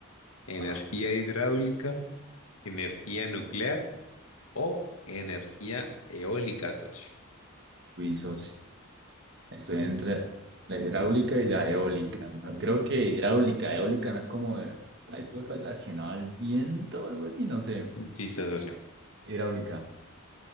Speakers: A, on the left; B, on the right.
A: ¿Energía
B: ah,
A: hidráulica, energía nuclear o energía eólica, socio?
B: uy, socio, estoy entre la hidráulica y la eólica. No, Creo que hidráulica, eólica no es como de- algo relacionado al viento o algo así, no sé.
A: Sí, sí, socio.
B: Hidráulica.